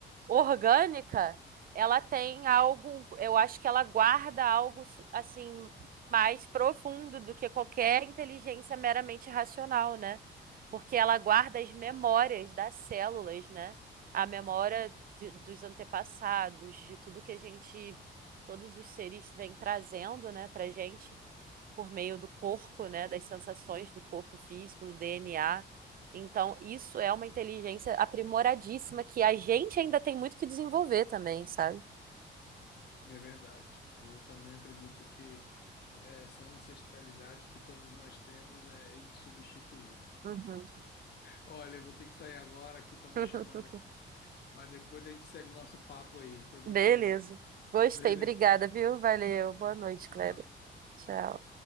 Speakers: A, on the right; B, on the left.
A: orgânica, ela tem algo, eu acho que ela guarda algo assim mais profundo do que qualquer inteligência meramente racional, né? Porque ela guarda as memórias das células, né? A memória de- dos antepassados, de tudo que a gente, todos os seres vêm trazendo, né, pra gente por meio do corpo, né, das sensações do corpo físico, do DNA. Então, isso é uma inteligência aprimoradíssima que a gente ainda tem muito que desenvolver também, sabe?
B: É verdade. Eu também acredito que essa ancestralidade que todos nós temos é insubstituível.
A: Uhum.
B: Olha, eu vou ter que sair agora, aqui tá me
A: <laughs>
B: chamando, mas depois a gente segue o nosso papo aí. Foi muito
A: Beleza.
B: legal.
A: Gostei,
B: Beleza.
A: obrigada, viu? Valeu. Boa noite,
B: tchau.
A: Kleber. Tchau.